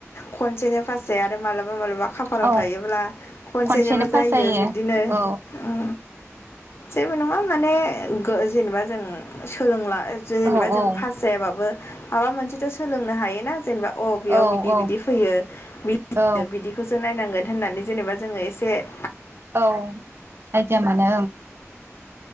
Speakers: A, on the left (about 55°); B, on the right (about 50°).
A: खनसेनो फास जायो आरो मालाब माबा मालाबा खाफालाव
B: औ
A: थायोब्ला खनसेनिबो
B: खनसेनो पास
A: जायो बिदिनो
B: औ
A: उम जेबोनङा माने जेनेबा जों सोलोंला जेनेबा
B: औ
A: जों
B: औ
A: पास जायाबाबो माबा मोनसेथ' सोलोंनो हायोना जेनेबा अ बेयाव
B: औ
A: बिदि
B: औ
A: बिदि फैयो मि
B: औ
A: बिदिखौसो नायनांगोन होननानै जेनेबा जोङो एसे <unintelligible> फैयो
B: औ आइदिया मोनो